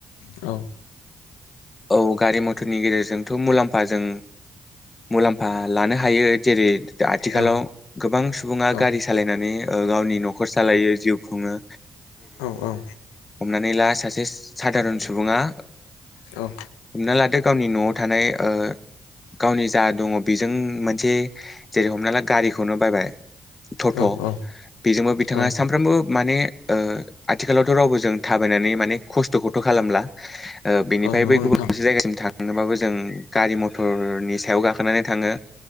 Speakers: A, on the left; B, on the left.
A: औ
B: औ गारि मथरनि गेजेरजोंथ मुलाम्फाजों मुलाम्फा लानो हायो जेरै दा आथिखालाव
A: औ
B: गोबां सुबुंङा
A: औ
B: गारि सालायनानै गावनि न'खर सालायो जिउ खुंङो
A: औ औ।
B: हमनानै ला सासे साादारन सुबुङा
A: औ
B: हमना लादो गावनि न'आव थानाय ओ गावनि जा दङ' बेजों मोनसे जेरै हमना ला गारिखौनो बायबाय थथ'
A: औ औ
B: बेजोंबो बिथाङा
A: औ
B: सानफ्रोमबो माने ओ आथिखालावथ' रावबो जों थाबायनानै माने खस्थ'खौथ' खालामला। ओ बेनिफाय
A: औ नंगौ
B: बै
A: नोंथां
B: गुबु मोनसे जायगासिम थांनोबाबो जों गारि मथ'रनि सायाव गाखोनानै थाङो